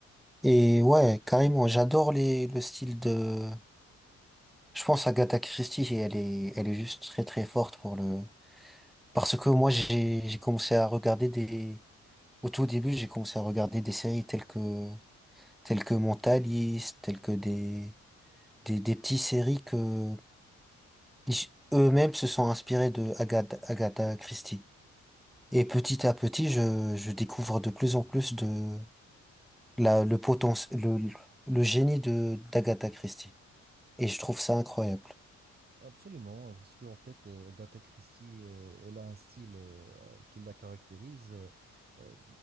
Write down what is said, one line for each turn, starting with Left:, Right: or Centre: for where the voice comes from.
Centre: Et ouais, carrément, j'adore les, le style de, je pense Agatha Christie, et elle est, elle est juste très très forte pour le, parce que moi j'ai, j'ai commencé à regarder des, au tout début, j'ai commencé à regarder des séries telles que, telles que Mentaliste, telles que des, des, des petites séries que ils- eux-mêmes se sont inspirés de Agatha, Agatha Christie. Et petit à petit, je, je découvre de plus en plus de la, le potentiel, le, le génie de d'Agatha Christie. Et je trouve ça incroyable.
Right: Absolument, parce qu'en fait, euh, Agatha Christie, euh, elle a un style euh, qui la caractérise. euh, euh,